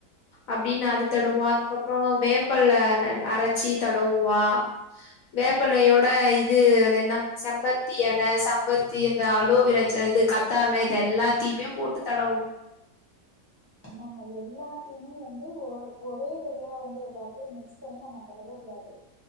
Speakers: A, on the left; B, on the right.
A: அப்டீன் அத
B: ம்ஹூம்
A: தடவுவா அதுக்கப் அப்றோ வேப்பல்ல ந அரச்சி தடவுவா வேப்பல்லையோட இது அதென்னா செம்பருத்தி எல சம்பருத்தி அந்த அலோவிரா ஜெ அ இது கத்தால இதெல்லாத்தியுமே போட்டு தடவ்
B: நம்ம எல்லாத்தைமே வந்து ஒர் ஒரே தெரியா வந்து எல்லாத்தையும் மிக்ஸ் பண்ணி நம்ம தடவக் கூடாது